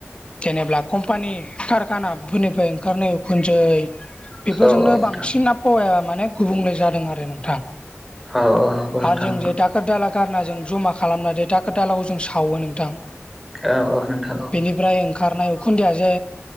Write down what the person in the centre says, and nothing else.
औ औ नोंथां
औ औ नंगौ नोंथां
नंगौ
औ औ नोंथां औ